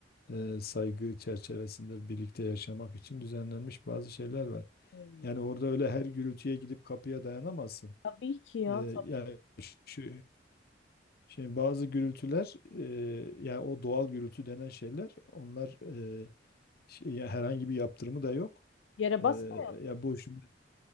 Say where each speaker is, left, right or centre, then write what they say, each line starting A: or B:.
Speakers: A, on the left; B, on the left.
A: e, saygı çerçevesinde birlikte yaşamak için düzenlenmiş bazı şeyler var.
B: Hmm.
A: Yani orada öyle her gürültüye gidip kapıya dayanamazsın.
B: Tabii ki ya
A: E,
B: tabii.
A: yani şu Şimdi bazı gürültüler e, yani o doğal gürültü denen şeyler onlar e, şey- ya herhangi bir yaptırımı da yok.
B: Yere
A: E,
B: basma. ya.
A: ya boş.